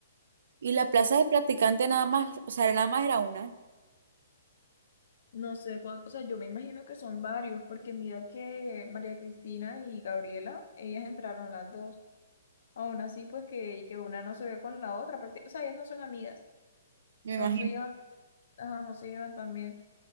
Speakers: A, on the right; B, on the left.
A: Y la plaza de practicante nada más, o sea, nada más era una.
B: No sé cuánto, o sea, yo me imagino que son varios, porque mira que María Cristina y Gabriela, ellas entraron las dos. Aún así, pues que, que una no se ve con la otra, aparte- o sea, ellas no son amigas,
A: Me
B: no
A: imagino.
B: se llevan, ajá, no se llevan también.